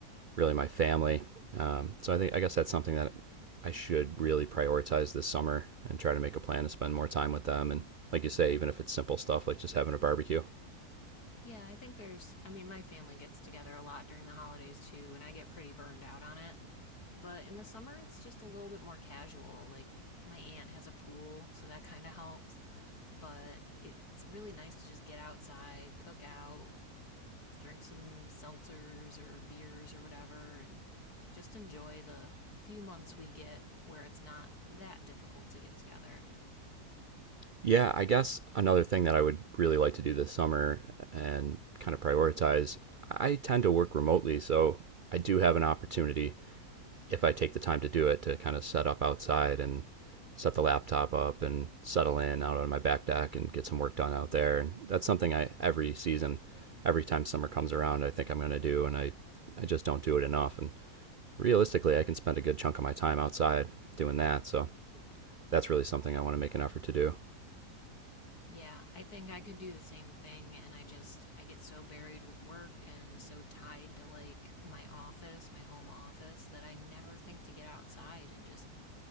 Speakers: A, on the right; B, on the left.
A: really my family. Um, so I think I guess that's something that I should really prioritize this summer and try to make a plan to spend more time with them. And like you say, even if it's simple stuff like just having a barbecue.
B: Yeah, I think there's, I mean, my family gets together a lot during the holidays too, and I get pretty burned out on it. But in the summer, it's just a little bit more casual. Like, my aunt has a pool, so that kind of helps. But it's really nice to just get outside, cook out, drink some seltzers or beers or whatever, and just enjoy the few months we get where it's not that difficult to get together.
A: Yeah, I guess another thing that I would really like to do this summer and kind of prioritize, I tend to work remotely, so I do have an opportunity if I take the time to do it to kind of set up outside and set the laptop up and settle in out on my back deck and get some work done out there. And that's something I every season, every time summer comes around, I think I'm going to do and I I just don't do it enough and realistically, I can spend a good chunk of my time outside doing that. So that's really something I want to make an effort to do.
B: Yeah, I think I could do the same thing and I just I get so buried with work and so tied to like my office, my home office that I never think to get outside and just